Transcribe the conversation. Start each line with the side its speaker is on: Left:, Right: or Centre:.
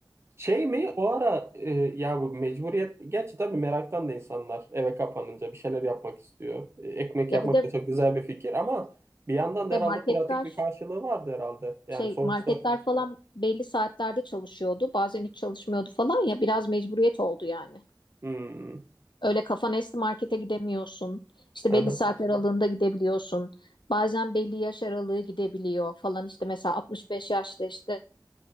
Right: Şey mi o ara e, ya bu mecburiyet gerçi tabii meraktan da insanlar eve kapanınca bir şeyler yapmak istiyor. E, ekmek
Left: Ya
Right: yapmak
Left: bir de
Right: da çok güzel bir fikir ama bir yandan da
Left: işte
Right: herhalde
Left: marketler
Right: pratik bir karşılığı vardı herhalde. Yani
Left: şey
Right: sonuçta
Left: marketler falan belli saatlerde çalışıyordu. Bazen hiç çalışmıyordu falan ya biraz mecburiyet oldu yani.
Right: hmm,
Left: Öyle kafan esti markete gidemiyorsun. İşte
Right: aha.
Left: belli saat aralığında gidebiliyorsun. Bazen belli yaş aralığı gidebiliyor falan işte mesela 65 yaşta işte